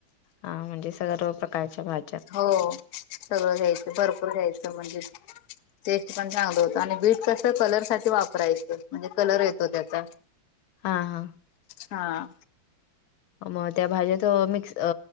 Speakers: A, on the left (about 85°); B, on the left (about 60°).
A: हा म्हणजे सर्व पण कारच्या भा
B: हो सगळं घ्यायचं भर पूर घ्यायचं म्हणजे टेस्ट पण चांगलं होतं आणि बीट कसं कलर साठी वापरायचं. म्हणजे कलर येतो त्याचा
A: हा हा
B: हा.
A: मग त्या भाज्यात मिक्स